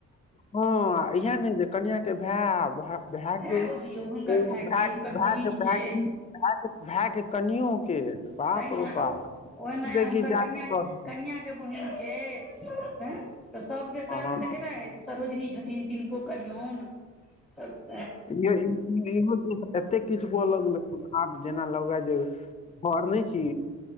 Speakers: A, on the left (about 25°); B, in the centre.
A: हँ इहै ने जे कनिआके भाय भैय
B: भायो
A: के
B: दियौ हुनकर
A: भै
B: भाय
A: भऽ
B: के हुनकर
A: भाएके
B: बहिन के
A: भै भैय के कनियो के बाप
B: तऽ ने
A: रौ
B: ओना
A: बाप
B: ओ नया
A: देखी
B: हुनकर
A: जादे
B: कनियाँ के
A: भ गेल
B: कनीयाँ के गे बहिन के तऽ सब के करबै
A: हँ
B: तऽ केना हेतै सरिहोजनी छथिन तिनको करिऔन तऽ
A: एहि एतेक किछु हुआ लगलै आब जेना लग जे घर नहि छी